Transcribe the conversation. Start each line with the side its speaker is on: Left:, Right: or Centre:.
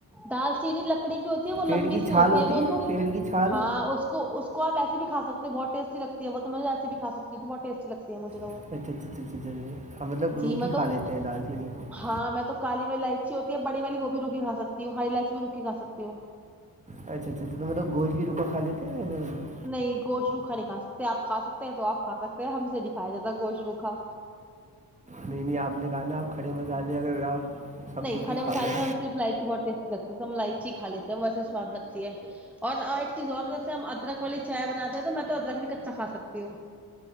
Centre: دال چینی لکڑی کی ہوتی ہے وہ
Right: پیڑ
Centre: لمبی
Right: کی
Centre: سی
Right: چھال
Centre: ہوتی ہے وہ تو
Right: پیڑ کی چھال
Centre: ہاں اس اس کو اس کو آپ ایسی بھیھاک ہو بہت ٹی لگتی ہے وہ تو میں ایسی بھیھا سکتی تو بہت ٹی لگتی ہے مھے تو
Right: اچھا
Centre: وہ
Right: اچھا اچھا اچ اچیے مطلب
Centre: جی
Right: روکی
Centre: میں
Right: کھا
Centre: تو
Right: لیتے ہیں دال چینی کو <inaudible>
Centre: ہاں میں تو کالی والی لائچی ہوتی ہے بڑی والی وہ بھی روکھیھا ستی ہو ہاری لائچ بھی روک کےھا سکتی ہو
Right: اچھا اچھا تو مطلب گوش بھی رکا خ لی تھےب <inaudible>
Centre: نہیں گوش روکھا نہیں کا سکتے آپ کھا سکتے ہیں تو آپ کھا سکتے ہیں ہم سے نہیں کایا جاتا گوش روکھا
Right: نہیں نہیں آپ نے کہا نا آپ کھڑے مسالے اگر آپ <inaudible>
Centre: نہیں کھڑے
Right: کھا
Centre: مسالے
Right: گئے
Centre: میں ہم صرف لائچی بہت ٹی لگتی ہے ہیں ہم لائچی کھ لیتے ہیں ویسی سواد لگتی ہے اور ایک چیز اور جیسے ہم ادرک والی چائے بناتے ہیں تو میں تو ادرک بھی کچا کا سکتی ہوں